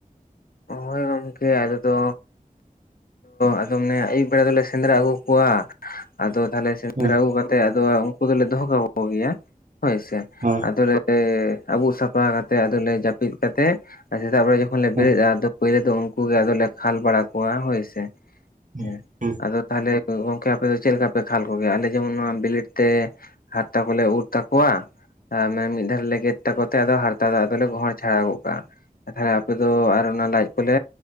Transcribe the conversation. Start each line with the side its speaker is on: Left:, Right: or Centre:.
Left: ᱦᱳᱭ ᱜᱚᱢᱠᱮ ᱟᱞᱮ ᱫᱚ ᱟᱫᱚ ᱢᱟᱱᱮ ᱟᱹᱭᱩᱵ ᱵᱮᱲᱟ ᱫᱚᱞᱮ ᱥᱮᱸᱫᱽᱨᱟ ᱟᱹᱜᱩ ᱠᱚᱣᱟ᱾ ᱟᱫᱚ ᱛᱟᱦᱞᱮ ᱥᱮᱸᱫᱽᱨᱟ
Right: ᱦᱮᱸ
Left: ᱟᱹᱜᱩ ᱠᱟᱛᱮᱫ ᱟᱫᱚ ᱩᱱᱠᱩ ᱫᱚᱞᱮ ᱫᱚᱦᱚ ᱠᱟᱠᱚ ᱜᱮᱭᱟ᱾ ᱦᱳᱭ ᱥᱮ
Right: ᱦᱮᱸ
Left: ᱟᱫᱚᱞᱮ ᱟᱵᱩᱜ ᱥᱟᱯᱷᱟ ᱠᱟᱛᱮ ᱟᱫᱮ ᱡᱟᱹᱯᱤᱫ ᱠᱟᱛᱮ ᱥᱮᱛᱟᱜ ᱵᱮᱲᱟ ᱡᱚᱠᱷᱚᱱ ᱞᱮ
Right: ᱦᱩᱸ
Left: ᱵᱮᱨᱮᱫᱼᱟ᱾ ᱯᱳᱭᱞᱳ ᱫᱚ ᱩᱱᱠᱩ ᱜᱮ ᱟᱫᱚᱞᱮ ᱠᱷᱟᱞ ᱵᱟᱲᱟ ᱠᱚᱣᱟ᱾ ᱦᱳᱭ ᱥᱮ
Right: ᱦᱩᱸ
Left: ᱦᱮᱸ᱾
Right: ᱦᱩᱸ᱾
Left: ᱟᱫᱚ ᱛᱟᱦᱚᱞᱮ ᱜᱚᱝᱠᱮ ᱟᱯᱮ ᱫᱚ ᱪᱮᱫ ᱞᱮᱠᱟ ᱯᱮ ᱠᱷᱟᱞ ᱠᱚᱜᱮᱭᱟ? ᱟᱞᱮ ᱡᱮᱢᱚᱱ ᱱᱚᱣᱟ ᱵᱤᱞᱤᱰ ᱛᱮ ᱦᱟᱨᱛᱟ ᱠᱚᱞᱮ ᱩᱨ ᱛᱟᱠᱚᱣᱟ᱾ ᱟᱨ ᱢᱟᱱᱮ ᱢᱤᱫ ᱫᱷᱟᱣ ᱞᱮ ᱜᱮᱫ ᱛᱟᱠᱚᱛᱮ ᱦᱟᱨᱛᱟ ᱫᱚ ᱟᱫᱚᱞᱮ ᱜᱚᱦᱚᱲ ᱪᱷᱟᱲᱟᱣ ᱜᱚᱫ ᱠᱟᱜᱼᱟ᱾ ᱟᱨ ᱛᱟᱦᱚᱞᱮ ᱟᱯᱮ ᱫᱚ ᱟᱨ ᱚᱱᱟ ᱞᱟᱡ ᱠᱚᱞᱮ